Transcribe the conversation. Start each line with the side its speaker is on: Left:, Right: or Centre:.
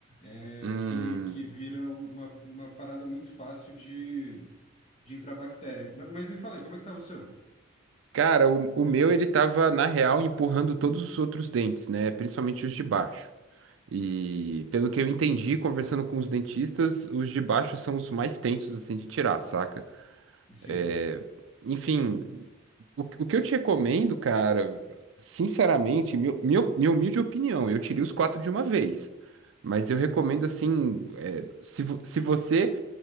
Left: é,
Right: Hum.
Left: que que vira uma, uma parada muito fácil de de entrar bactéria. Ma- Mas me falei, como é que tá o seu?
Right: Cara, o, o meu ele tava, na real, empurrando todos os outros dentes, né? Principalmente os de baixo. E pelo que eu entendi, conversando com os dentistas, os de baixo são os mais tensos, assim, de tirar, saca?
Left: Sim,
Right: É, enfim, o, o que eu te recomendo, cara, sinceramente, meu, meu, minha humilde opinião, eu tirei os quatro de uma vez. Mas eu recomendo assim, é, se, vo- se você.